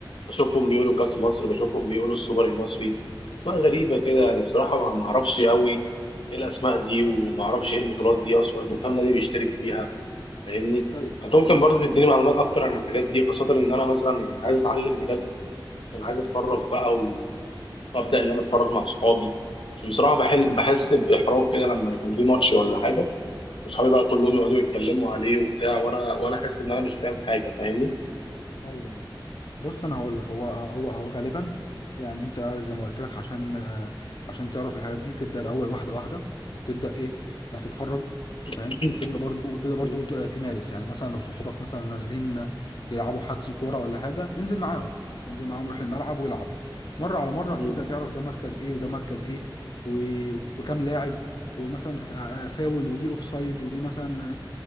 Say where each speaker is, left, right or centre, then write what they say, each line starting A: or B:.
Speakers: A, on the left (about 85°); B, on the left (about 55°).
A: بشوفهم بيقولوا كاس مصر بشوفهم بيقولوا السوبر المصري اسماء غريبه كده يعني بصراحه ما ما اعرفش قوي ايه الاسماء دي وما اعرفش ايه البطولات دي اصلا وكم نادي بيشترك فيها فاهمني
B: ايوه
A: انت ممكن برضه تديني معلومات اكتر عن الحاجات دي خاصه ان انا مثلا يعني عايز اتعلم بجد انا عايز اتفرج بقى و- وابدا ان انا اتفرج مع اصحابي عشان بصراحه بحل
B: أيوة.
A: بحس باحراج كده لما يكون في ماتش ولا حاجه واصحابي بقى كلهم يقعدوا يتكلموا عليه وبتاع وانا وانا احس ان انا مش فاهم حاجه فاهمني
B: ايوه بص انا هقول لك هو هو هو غالبا يعني انت زي ما قلت لك عشان آه، عشان تعرف الحاجات دي تبدا الاول واحده واحده تبدا ايه يعني تتفرج
A: <clears throat>
B: فاهم وتبدا برضو وتبدا برضو
A: مم.
B: ت- تمارس يعني مثلا لو صحابك مثلا نازلين يلعبوا حجز كوره ولا حاجه انزل معاهم انزل معاهم روح الملعب والعب مره على مره
A: مم.
B: هتبدا تعرف ده مركز ايه وده مركز ايه و... وكام لاعب ومثلا فا- فاول ودي اوف سايد ودي مثلا آه،